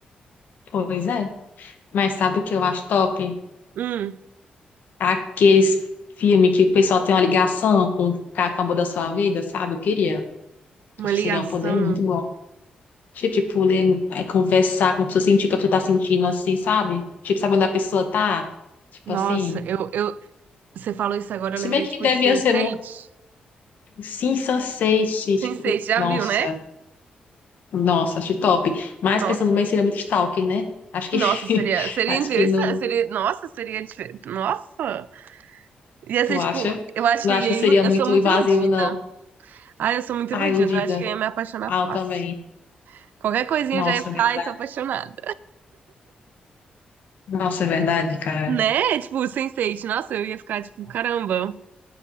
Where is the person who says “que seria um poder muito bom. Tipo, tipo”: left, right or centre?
Left